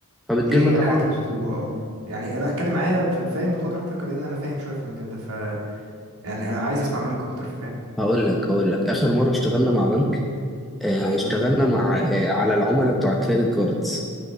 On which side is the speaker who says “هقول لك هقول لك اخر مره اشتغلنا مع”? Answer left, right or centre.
Centre